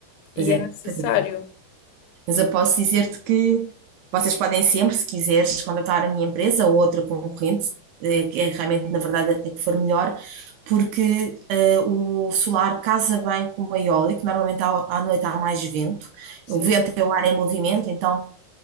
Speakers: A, on the left (about 90°); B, on the right (about 75°).
A: e
B: Pois é,
A: é necessário.
B: pois é. Mas eu posso dizer-te que vocês podem sempre, se quiseres, contratar a minha empresa ou outra concorrente, eh, que é realmente, na verdade, a que for melhor, porque eh, o solar casa bem com o eólico, normalmente à, à noite há mais vento,
A: Sim,
B: o vento é o ar em movimento, então